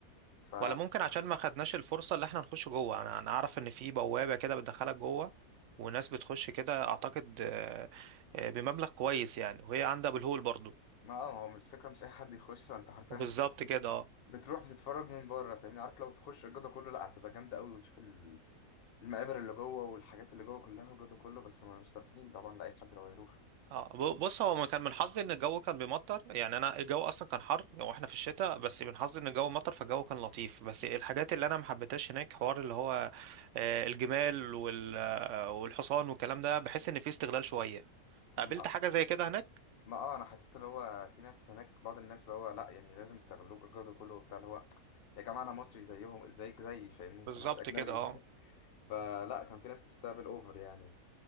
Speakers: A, on the left; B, on the right.
A: ف
B: ولا ممكن عشان ما خدناش الفرصة اللي احنا نخش جوه انا انا اعرف ان في بوابة كده بتدخلك جوه وناس بتخش كده اعتقد آه، آه، بمبلغ كويس يعني وهي عندها بالهول برضو
A: ما اه ما هو مش فكرة مش أي حد يخش أنت حرفيا
B: بالظبط
A: بتخش
B: كده اه
A: بتروح بتتفرج من بره فاهمني عارف لو تخش الجدول كله لا هتبقى جامدة قوي وتشوف ال- المقابر اللي جوه والحاجات اللي جوه كلها والجدول كله بس ما مش سامحين طبعا لأي حد لو يروح
B: اه ب- بص هو كان من حظي ان الجو كان بيمطر يعني انا الجو اصلا كان حر واحنا في الشتاء بس من حظي ان الجو مطر فالجو كان لطيف بس الحاجات اللي انا ما حبيتهاش هناك حوار اللي هو آه، الجمال وال- آه، والحصان والكلام ده بحس ان فيه استغلال شوية
A: ما
B: قابلت حاجة زي كده هناك
A: ما اه أنا حسيت اللي هو في ناس هناك بعض الناس اللي هو لا يعني لازم يستغلوك الجدول كله وبتاع اللي هو يا جماعة أنا مصري زيهم زيك زيي فاهمني
B: بالظبط
A: أنا مش أجنبي
B: كده اه
A: <laughs> فلا كان في ناس بتستقبل أوفر يعني